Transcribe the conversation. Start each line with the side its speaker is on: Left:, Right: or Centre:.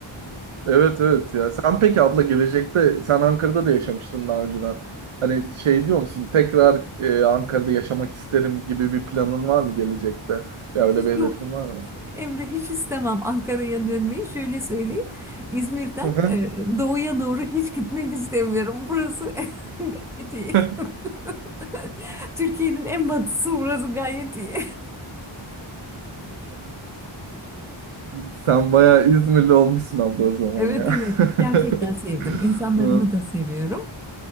Right: evet evet ya. Sen peki abla gelecekte sen Ankara'da da yaşamıştın daha önceden. Hani şey diyor musun tekrar e, Ankara'da yaşamak isterim gibi bir planın var mı gelecekte? Ya
Centre: Hiç
Right: öyle bir hedefin
Centre: yok
Right: var mı?
Centre: Emre hiç istemem Ankara'ya dönmeyi. Şöyle söyleyeyim. İzmir'den
Right: Hı hı.
Centre: e, doğuya doğru hiç gitmek istemiyorum. Burası <laughs> gayet iyi.
Right: <laughs>
Centre: <laughs> Türkiye'nin en batısı burası gayet iyi.
Right: Sen bayağı İzmirli olmuşsun abla o zaman
Centre: Evet
Right: ya.
Centre: evet gerçekten
Right: <laughs>
Centre: sevdim. İnsanlarını
Right: Hı
Centre: da seviyorum.